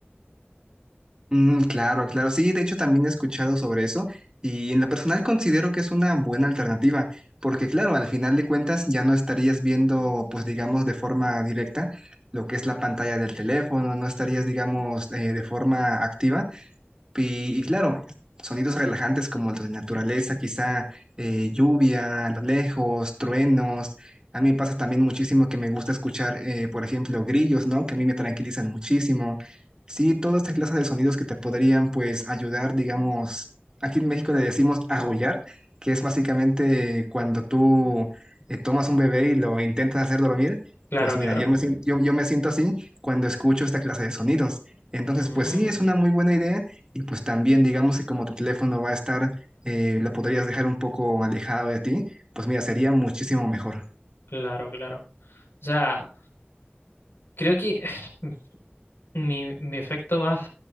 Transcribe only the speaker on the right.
Mm, claro, claro. Sí, de hecho también he escuchado sobre eso y en lo personal considero que es una buena alternativa, porque claro, al final de cuentas ya no estarías viendo, pues digamos, de forma directa lo que es la pantalla del teléfono, no estarías, digamos, eh, de forma activa, y, y claro, sonidos relajantes como los de naturaleza, quizá eh, lluvia a lo lejos, truenos. A mí me pasa también muchísimo que me gusta escuchar, eh, por ejemplo, grillos, ¿no? Que a mí me tranquilizan muchísimo. Sí, todas estas clases de sonidos que te podrían, pues, ayudar, digamos, aquí en México le decimos arrullar, que es básicamente eh, cuando tú eh, tomas un bebé y lo intentas hacer dormir.
Pues
mira, yo me, sien- yo, yo me siento así cuando escucho esta clase de sonidos. Entonces,
pues sí, es una muy buena idea y pues también digamos que como tu teléfono va a estar, eh, lo podrías dejar un poco alejado de ti, pues mira, sería muchísimo mejor.